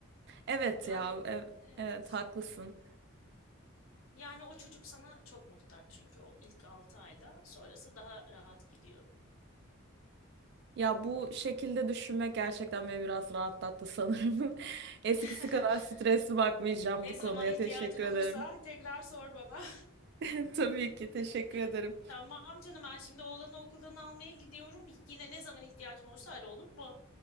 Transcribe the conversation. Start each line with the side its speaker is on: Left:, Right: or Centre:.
Right: Evet
Left: Yani
Right: ya. ev-
Left: evet.
Right: Evet haklısın.
Left: Yani o çocuk sana çok muhtaç çünkü o ilk altı ayda sonrası daha rahat gidiyor.
Right: Ya bu şekilde düşünmek gerçekten beni biraz rahatlattı sanırım. <laughs> Eskisi
Left: <laughs>
Right: kadar stresli bakmayacağım
Left: Ne
Right: bu
Left: zaman
Right: konuya.
Left: ihtiyacın
Right: Teşekkür
Left: olursa
Right: ederim.
Left: tekrar sor bana.
Right: <laughs> Tabii ki teşekkür ederim.
Left: <laughs> Tamam canım ben şimdi oğlanı okuldan almaya gidiyorum. Yine ne zaman ihtiyacın olursa ara olur mu?